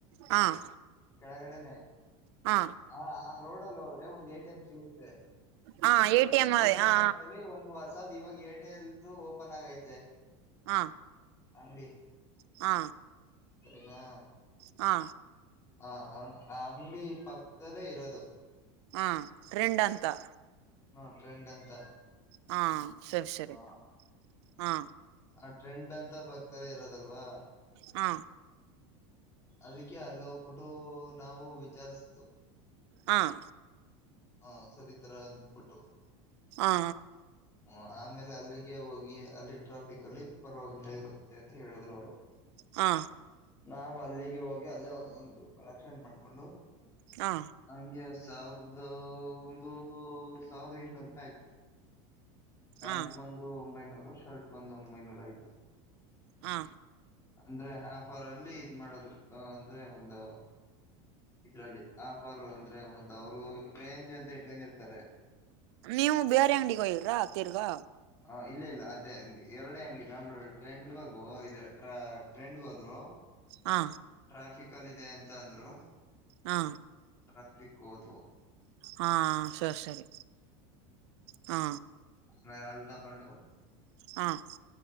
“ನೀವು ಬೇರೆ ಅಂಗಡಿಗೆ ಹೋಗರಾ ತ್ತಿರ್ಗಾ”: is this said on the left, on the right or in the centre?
Right